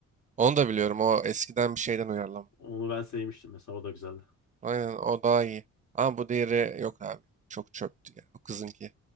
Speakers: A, on the right; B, on the left.
A: Onu da biliyorum. O eskiden bir şeyden uyarlama.
B: Onu ben sevmiştim mesela. O da güzeldi.
A: Aynen o daha iyi. Ama bu diğeri yok abi. Çok çöptü ya. O kızınki.